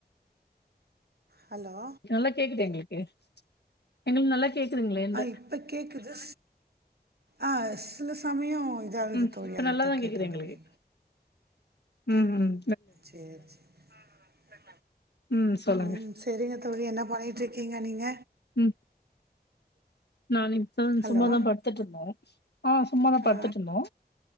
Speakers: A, on the right; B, on the left.
A: ஹலோ
B: நல்லா கேக்குது எங்களுக்கு எங்களுக்கு நல்லா கேக்குதுங்களேன்ற
A: ஆ இப்ப கேக்குது ஆஹ் சில சமயோ இதாகுது
B: உம்
A: தோழி
B: இப்ப
A: அதுக்குதா
B: நல்லாதா
A: கேட்டே
B: கேக்குது எங்களுக்கு
A: தோழி
B: உம் உம்
A: சேரி சேரி
B: ம் சொல்லுங்க
A: உம் செரிங்க தோழி என்ன பண்ணிட்டு இருக்கீங்க நீங்க
B: ம் நான் இப்ப
A: ஹலோ
B: சும்மாதா படுத்துட்ருந்தே ஆஹ் சும்மாதா
A: ஆ
B: படுத்துட்ருந்தோ